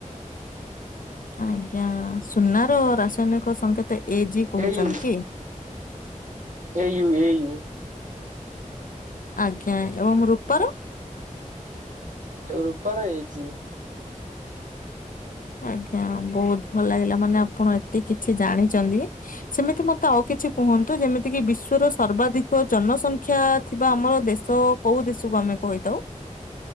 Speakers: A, on the left (about 85°); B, on the right (about 70°).
A: ଆଜ୍ଞା ସୁନା ର ରାସାୟନିକ ସଙ୍କେତ ଏ ଗି କହୁଛନ୍ତୁ
B: ଏୟୁ ଏୟୁ ଏୟୁ
A: ଆଜ୍ଞା ଏବଂ ରୂପାର?
B: ଏଉ ରୂପାର ଏ ଜି
A: ଆଜ୍ଞା ବହତୁ ଭଲ ଲାଗିଲା ମାନେ ଆପଣ ଏତେ କିଛି ଜାଣିଚନ୍ତି। ସେମିତି ମତେ ଆଉ କିଛି କୁହନ୍ତୁ ଯେମିତି କିି ବିଶ୍ଵର ସର୍ବାଧିକ ଜନସଂଖ୍ୟା ଥିବା ଆମର ଦେଶ କୋଉ ଦେଶକୁ ଆମେ କହିଥାଉ।